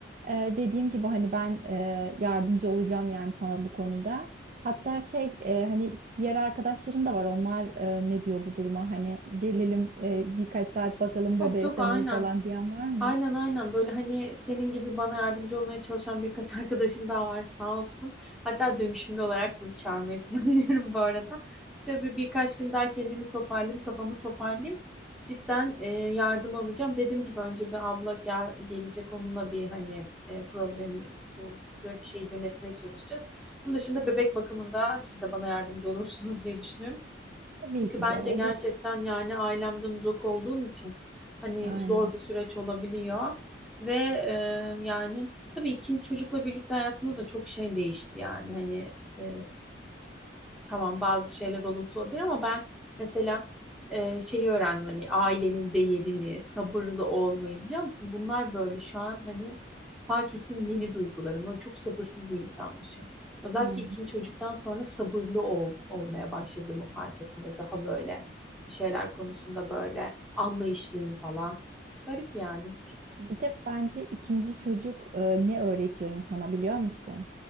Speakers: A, on the right; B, in the centre.
A: E, dediğim gibi hani ben e, yardımcı olacağım yani sana bu konuda. Hatta şey e, hani diğer arkadaşların da var. Onlar e, ne diyor bu duruma? Hani gelelim e, birkaç saat bakalım
B: Çok
A: bebeğe
B: çok
A: sen
B: aynen.
A: uyu falan diyen var mı?
B: Aynen aynen böyle hani senin gibi bana yardımcı olmaya çalışan birkaç <laughs> arkadaşım daha var sağ olsun. Hatta dönüşümlü olarak sizi çağırmayı <laughs> planlıyorum bu arada. Ve bir, birkaç gün daha kendimi toparlayayım, kafamı toparlayayım. Cidden e, yardım alacağım. Dediğim gibi önce bir abla gel, gelecek onunla bir hani e, problemi bu yön- şeyi yönetmeye çalışacağız. Bunun dışında bebek bakımında siz de bana yardımcı <laughs> olursunuz diye düşünüyorum.
A: Tabii
B: Çünkü
A: ki
B: bence
A: de olur.
B: gerçekten yani ailemden uzak olduğum için hani
A: Aynen.
B: zor bir süreç olabiliyor. Ve e, yani tabii ikinci çocukla birlikte hayatımda da çok şey değişti yani hani e, tamam bazı şeyler olumsuz olabilir ama ben mesela e, şeyi öğrendim hani ailenin değerini, sabırlı olmayı biliyor musun? Bunlar böyle şu an hani fark ettiğim yeni duygularım. Ben çok sabırsız bir insanmışım. Özellikle
A: Aynen.
B: ikinci çocuktan sonra sabırlı ol, olmaya başladığımı fark ettim. Böyle Daha böyle bir şeyler konusunda böyle anlayışlıyım falan. Garip yani.
A: Bir de bence ikinci çocuk e, ne öğretiyor insana biliyor musun?